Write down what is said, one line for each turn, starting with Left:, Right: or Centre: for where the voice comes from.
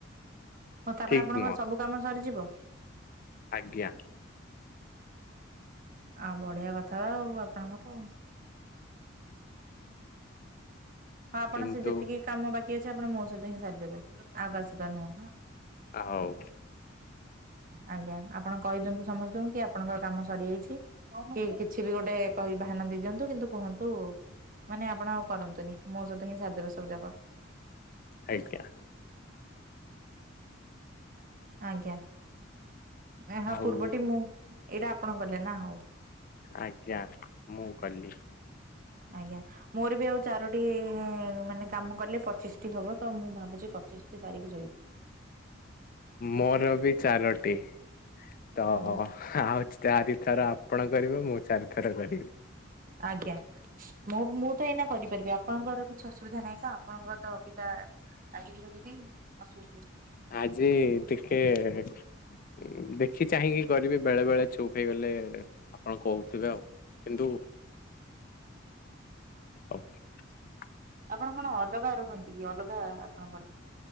Right: ହ ତାପରେ
Left: ଠିକ
Right: ଆପଣଙ୍କର
Left: ନୁହଁ
Right: ସବୁ କାମ ସରିଯିବ।
Left: ଆଜ୍ଞା।
Right: ଆଉ ବଢ଼ିଆ କଥା ଆଉ ଆପଣଙ୍କର ହଁ ଆପଣ
Left: କିନ୍ତୁ
Right: ସେ ଯେତିକି କାମ ବାକି ଅଛି ଆପଣ ମୋ ସହିତ ହିଁ ସାରିଦେବେ ଆଉ କାହା ସହିତ ନୁହଁ।
Left: ଆଉ।
Right: ଆଜ୍ଞା ଆପଣ ଘ କହିଦିଅନ୍ତୁ ସମସ୍ତଙ୍କୁ କି ଆପଣଙ୍କର କାମ ସରିଯାଇଛି କି କିଛି ବି ଗୋଟେ କହି ବାହାନା ଦେଇ ଦିଅନ୍ତୁ କିନ୍ତୁ କୁହନ୍ତୁ ମାନେ ଆପଣ ଆଉ କରନ୍ତୁନି ମୋ ସହିତ ହିଁ ସାରିଦେବେ ସବୁ ଯାକ।
Left: ଆଜ୍ଞା
Right: ଆଜ୍ଞା ଏହା
Left: ଆଉ
Right: ପୂର୍ବଟି ମୁଁ ଏଇଟା ଆପଣ କଲେ ନା ହଉ।
Left: ଆଜ୍ଞା ମୁଁ କଲି।
Right: ଆଜ୍ଞା ମୋର ବି ଆଉ ଚାରୋଟି ମାନେ କାମ କଲେ ପଚିଶଟି ହବ ତ ମୁଁ ଭାବୁଛି ପଚିଶଟି ସାରିକି ଶୋଇବି।
Left: ମୋର ବି ତି ତ
Right: ହଉ
Left: ଆଉଛି ଚାରି ଥର ଆପଣ କରିବେ ମୁଁ ଚାରିଥର କରିବି।
Right: ଆଜ୍ଞା। ମୁଁ ମୁଁ ତ ଏଇନା କରିପାରିବି ଆପଣଙ୍କର କିଛି ଅସୁବିଧା ନାହିଁ ତ ଆପଣଙ୍କ ତ ପିତା <unintelligible> ଯଦି ଅସୁବିଧା।
Left: ଆଜି ଟିକେ ଉମ‌ ଦେଖି ଚାହିଁକି କରିବି ବେଳେ ବେଳେ ଚୁପ ହେଇଗଲେ ଆପଣ କହୁଥିବେ ଆଉ କିନ୍ତୁ <unintelligible>
Right: ଆପଣ କଣ ଅଲଗା ରୁହନ୍ତି କି ଅଲଗା ଆପଣଙ୍କର